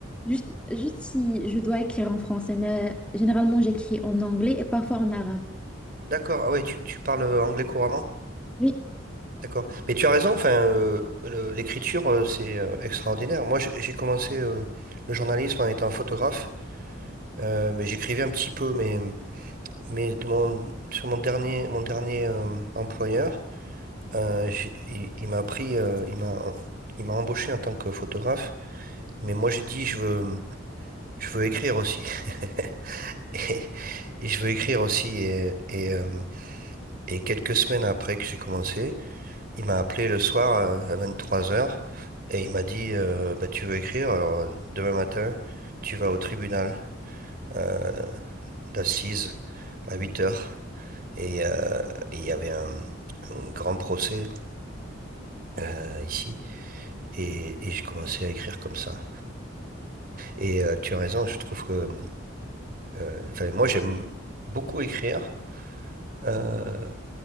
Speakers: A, in the centre; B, on the right.
A: Juste, juste si je dois écrire en français, mais généralement j'écris en anglais et parfois en arabe.
B: D'accord. Ah oui, tu, tu parles euh, anglais couramment.
A: Oui,
B: D'accord. Mais tu as raison. Enfin, euh, le- l'écriture, euh, c'est euh, extraordinaire. Moi, j'ai j'ai commencé euh, le journalisme en étant photographe, euh, mais j'écrivais un petit peu. Mais mais de mon- sur mon dernier mon dernier euh, employeur. Euh, j'ai- il il m'a pris, euh, il m'a, il m'a embauché en tant que photographe, mais moi j'ai dit je veux, je veux écrire aussi. <laughs> Et, et je veux écrire aussi. Et, et, euh, et quelques semaines après que j'ai commencé, il m'a appelé le soir euh, à 23 heures et il m'a dit euh, bah, tu veux écrire, alors euh, demain matin tu vas au tribunal euh, d'assises à 8 heures. Et euh, il y avait un, un grand procès euh, ici et, et j'ai commencé à écrire comme ça. Et euh, tu as raison, je trouve que... euh, Enfin, moi, j'aime beaucoup écrire. euh,